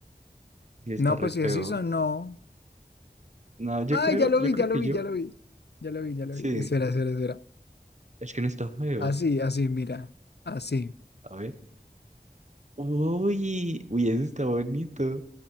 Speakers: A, on the right; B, on the left.
A: Sí, está
B: No,
A: re
B: pues
A: feo.
B: si así son, no.
A: No, yo
B: Ay,
A: creo,
B: ya lo
A: yo
B: vi,
A: creo
B: ya
A: que
B: lo vi,
A: yo.
B: ya lo vi. Ya lo vi, ya lo
A: Sí,
B: vi. Espera, espera, espera.
A: es que no está feo.
B: Así, así, mira. Así.
A: A ver. Uy, uy, ese está bonito.